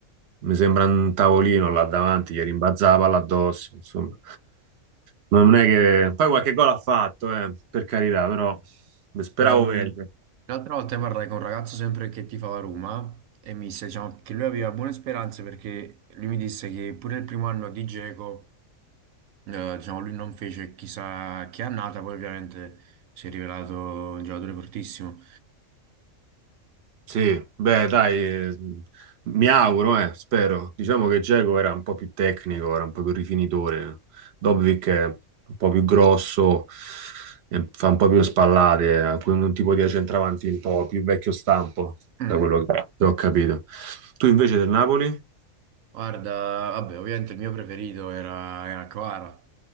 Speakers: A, on the right; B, on the right.
A: Mi sembra un tavolino là davanti, gli rimbalzava là addosso, insomma. Non è che... Poi qualche gol ha fatto, eh, per carità, però speravo
B: ehm,
A: meglio.
B: l'altra volta parlai con un ragazzo sempre che tifava Roma e mi disse, diciamo, che lui aveva buone speranze perché lui mi disse che pure il primo anno di Dzeko Eh, diciamo, lui non fece chissà che annata, poi ovviamente si è rivelato un giocatore fortissimo.
A: Sì, beh, dai, eh, mi auguro, eh, spero. Diciamo che Dzeko era un po' più tecnico, era un po' più rifinitore. Dobbik è un po' più grosso, eh, fa un po' più spallate, ha quel- un tipo di centravanti un po' più vecchio stampo, da
B: Mm.
A: quello che che ho capito. Tu invece del Napoli?
B: Guarda, vabbè, ovviamente il mio preferito era, era Kvara.